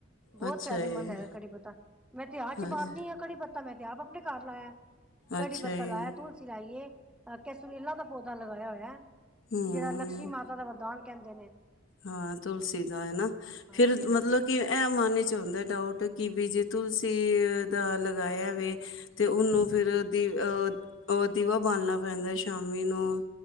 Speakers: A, in the centre; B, on the left.
A: ਬੌਤ
B: ਅੱਛਾ
A: ਸਾਰ
B: ਜੀ,
A: ਮੰਗਾਏਆ ਕੜੀ ਪੱਤਾ, ਮੈਂ ਤੇ ਆਹ ਚ
B: ਅੱਛਾ
A: ਪਾ ਦਨੀਂ ਆ ਕੜੀ ਪੱਤਾ, ਮੈਂ ਤੇ ਆਪ ਆਪਣੇ ਘਰ ਲਾਇਆ। ਕੜੀ
B: ਅੱਛਾ
A: ਪੱਤਾ
B: ਜੀ,
A: ਲਾਏਆ, ਤੁਲਸੀ ਲਾਈ ਏ, ਕੈਸੂਰੀਲਾ ਦਾ ਪੌਦਾ ਲਗਾਏਆ ਹੋਏਆ।
B: ਹੂੰ।
A: ਜੇਹੜਾ, ਲਕਸ਼ਮੀ ਮਾਤਾ ਦਾ ਵਰਦਾਨ ਕੈਂਦੇ ਨੇ।
B: ਹਾਂ, ਤੁਲਸੀ ਦਾ ਹੈਨਾ,
A: ਹਾਂਜੀ
B: ਫੇਰ
A: ਹਾਂਜੀ
B: ਮਤਲਬ ਕਿ ਐ ਮਨ 'ਚ ਹੁੰਦਾ ਡਾਊਟ ਕਿ ਵੀ ਜੇ ਤੁਲਸੀ ਦਾ ਲਗਾਏਆ ਵੇ। ਤੇ, ਓਨੂੰ ਫੇਰ ਦੀ, ਅ, ਅ ਦੀਵਾ ਬਾਲਨਾ ਪੈਂਦਾ ਸ਼ ਸ਼ਾਮੀ, ਨੂੰ